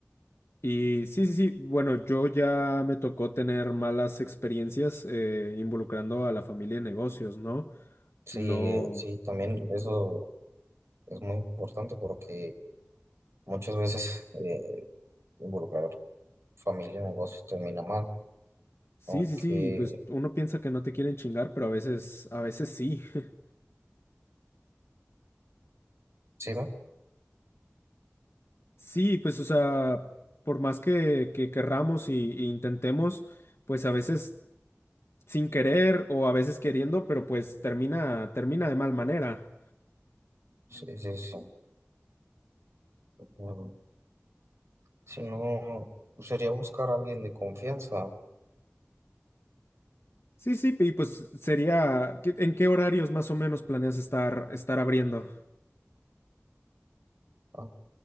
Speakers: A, on the left (about 65°); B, on the right (about 70°).
A: Y sí, sí, sí, bueno, yo ya me tocó tener malas experiencias eh, involucrando a la familia en negocios, ¿no?
B: Sí,
A: No.
B: sí, también eso Es muy importante porque muchas veces eh, involucrar familia en negocios termina mal,
A: Sí,
B: aunque
A: sí, sí, pues uno piensa que no te quieren chingar, pero a veces, a veces sí. <laughs>
B: sí, ¿no?
A: Sí, pues o sea, por más que, que querramos y, y intentemos, pues a veces sin querer o a veces queriendo, pero pues termina, termina de mal manera.
B: Sí, sí, sí. Mm, Si no, pues, sería buscar a alguien de confianza.
A: Sí, sí, y pues sería, ¿qué- ¿en qué horarios más o menos planeas estar, estar abriendo?
B: Ah,